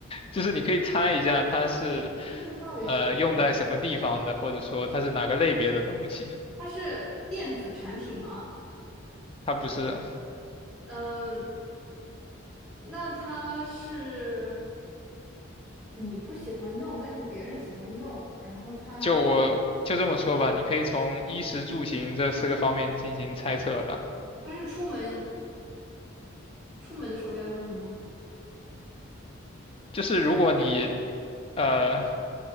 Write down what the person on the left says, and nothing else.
就是你可以猜一下它是
呃用在什么地方的，或者说它是哪个类别的东西。
它不是，
就我就这么说吧，你可以从衣食住行这四个方面进行猜测吧。
就是如果你呃